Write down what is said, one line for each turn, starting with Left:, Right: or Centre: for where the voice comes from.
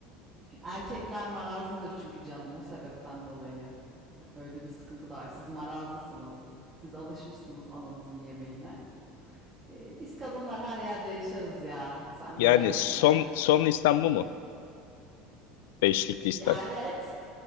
Right: Erkekler marazlıdır çünkü canım o sebepten dolayı. Öyle bir sıkıntı da var. Siz marazlısınız. Siz alışmışsınız ananızın yemeğine. Ee, Biz kadınlar her yerde yaşarız ya. Sen merak
Left: Yani son
Right: etme.
Left: son listem bu mu? Beşlik
Right: Ya
Left: listem.
Right: evet.